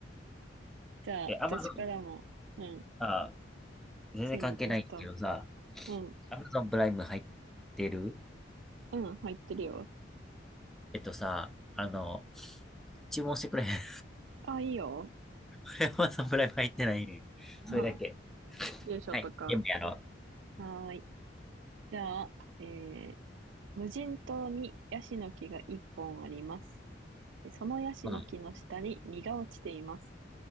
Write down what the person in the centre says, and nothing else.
え、アマゾン、
あ、全然関係ないけどさ、
アマゾンプライム入ってる
えっとさ、あの、注文してくれへん。
<laughs> アマゾンプライム入ってないねん。それだけ。
はい。全部やろ
う。うん。